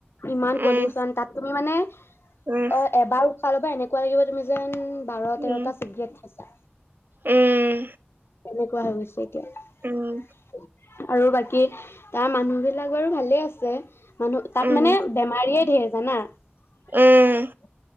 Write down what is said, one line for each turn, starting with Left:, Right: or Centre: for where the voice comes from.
Left: ইমান
Right: উম
Left: পলিউচন তাত তুমি মানে? <inaudible>
Right: উম
Left: অ', এবাৰ উশাহ ল'ব এনেকে <inaudible> তুমি যেন বাৰ
Right: উম
Left: তেৰটা চিগৰেট খাইছা।
Right: উম
Left: এনেকুৱা হৈ গৈছে, এতিয়া
Right: উম
Left: আৰু বাকী? কি তাৰ মানুহ বিলাক বাৰু ভালে আছে। মানুহ তাত
Right: উম
Left: মানে বেমাৰীয়ে ধেৰ। শুনা <unintelligible>
Right: উম